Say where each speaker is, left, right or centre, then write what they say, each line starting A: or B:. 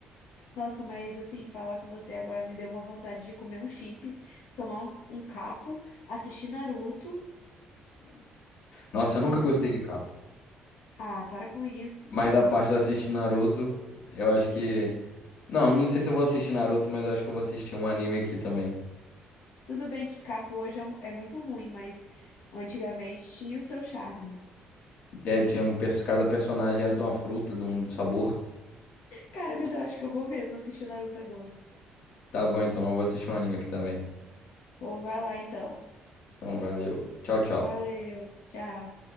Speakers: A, on the left; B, on the left.
A: Nossa, mas assim, falar com você agora me deu uma vontade de comer um chips, tomar um, um capo, assistir Naruto.
B: Nossa,
A: Nossa,
B: eu nunca gostei
A: mas.
B: de capa.
A: Ah, para com isso.
B: Mas a parte de assistir Naruto, eu acho que. Não, não sei se eu vou assistir Naruto, mas eu acho que eu vou assistir um anime aqui também.
A: Tudo bem que capo hoje é, um- é muito ruim, mas antigamente tinha o seu charme.
B: É, tinha um perso- cada personagem era de uma fruta, de um sabor.
A: Cara, mas eu acho que eu vou mesmo assistir o Naruto agora.
B: Tá bom, então eu vou assistir um anime aqui também.
A: Pô, vai lá então.
B: Então, valeu. Tchau, tchau.
A: Valeu, tchau.